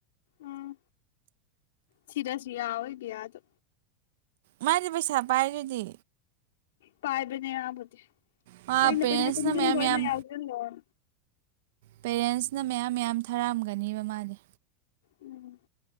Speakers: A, on the left (about 80°); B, on the right (about 75°).
A: ꯎꯝ ꯁꯤꯤꯗꯥꯁꯤ ꯌꯥ ꯑꯣꯏꯣꯏ ꯄꯌꯥꯗ
B: ꯃꯥꯅꯤ ꯄꯩꯁꯥ ꯄꯥꯏꯗꯨꯗꯤ
A: ꯄꯥꯏꯕꯅꯦ ꯑꯕꯗꯤ
B: ꯃꯥ
A: ꯑꯩꯅ
B: ꯄꯦꯔꯦꯟꯁꯅ
A: ꯄꯩꯁꯥ ꯄꯨꯟꯁꯤꯟꯕꯩꯅ
B: ꯃꯌꯥꯝ ꯃꯌꯥꯝ
A: ꯌꯥꯎꯁꯤ ꯂꯣꯟ
B: ꯄꯦꯔꯦꯟꯁꯅ ꯃꯌꯥꯝ ꯃꯌꯥꯝ ꯊꯥꯔꯛꯑꯝꯒꯅꯦꯕ ꯃꯥꯅꯦ
A: ꯎꯝ